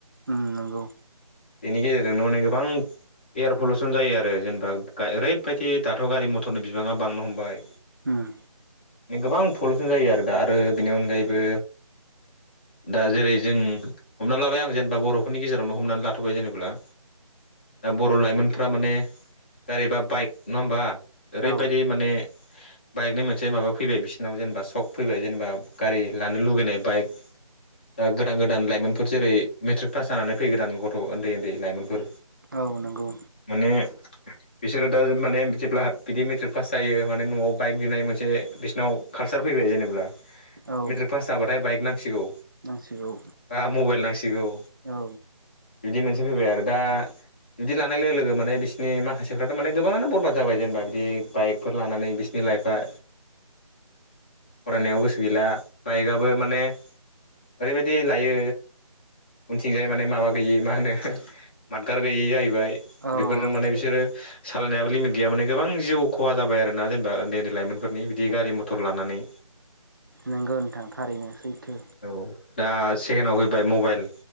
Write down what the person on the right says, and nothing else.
उम नोंगौ।
उम।
औ
औ नंगौ।
औ
नांसिगौ
औ
औ
नोंगौ नोंथां थारैनो सैथो।